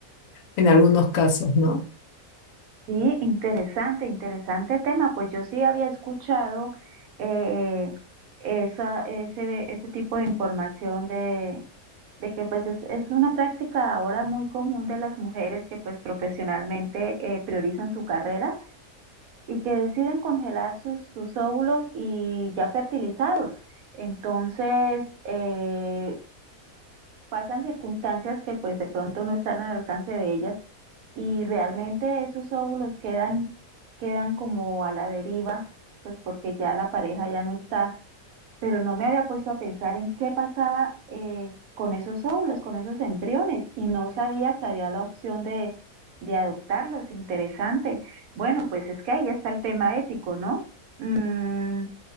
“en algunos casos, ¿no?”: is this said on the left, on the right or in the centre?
Left